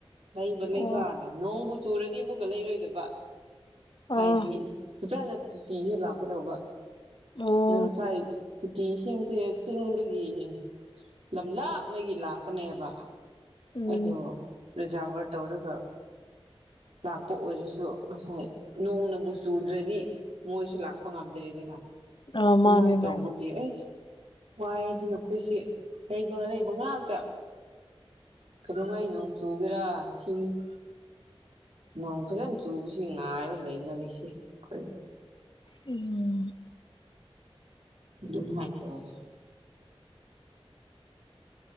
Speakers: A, on the right; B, on the left.
A: ꯂꯩꯕ ꯂꯩꯕꯗ
B: ꯑꯥ ꯑꯣ
A: ꯅꯣꯡꯕꯨ ꯆꯨꯔꯗꯤ ꯑꯃꯨꯛꯀ ꯂꯩꯔꯣꯏꯗꯕ ꯍꯥꯏꯗꯤ
B: ꯑꯥ
A: ꯐꯖꯅ ꯇꯨꯇꯤꯁꯦ ꯂꯥꯛꯀꯗꯧꯕ
B: ꯑꯣ
A: ꯅꯪ ꯉꯁꯥꯏ ꯇꯨꯇꯤ ꯏꯁꯤꯡꯁꯦ ꯆꯤꯡꯗꯒꯤ ꯂꯝ ꯂꯥꯞꯅꯒꯤ ꯂꯥꯛꯄꯅꯦꯕ
B: ꯎꯝ
A: ꯑꯗꯣ ꯔꯤꯖꯥꯔꯚꯔ ꯇꯧꯔꯒ ꯂꯥꯛꯄ ꯑꯣꯏꯔꯁꯨ ꯉꯁꯥꯏ ꯅꯣꯡꯅꯕꯨ ꯆꯨꯗ꯭ꯔꯗꯤ ꯃꯣꯏꯁꯨ ꯂꯥꯛꯄ ꯉꯝꯗ꯭ꯔꯦꯗꯅ
B: ꯑꯥ
A: ꯗꯨꯃꯥꯏ
B: ꯃꯥꯅꯦ
A: ꯇꯧꯕꯒꯤ
B: ꯃꯥꯅꯦ
A: ꯑꯦ ꯋꯥꯏꯌꯦ ꯑꯗꯨꯅ ꯑꯈꯣꯏꯁꯦ ꯂꯩꯕꯒ ꯂꯩꯕ ꯉꯥꯛꯇ ꯀꯩꯗꯣꯉꯩ ꯅꯣꯡ ꯆꯨꯒꯦꯔꯥ ꯍꯤꯡ- ꯅꯣꯡ ꯐꯖꯟ ꯆꯨꯕꯁꯤ ꯉꯥꯏꯔ ꯂꯩꯅꯔꯤꯍꯦ ꯈꯣꯏ
B: ꯎꯝ
A: ꯗꯨꯃꯥꯏ ꯇꯧꯌꯦ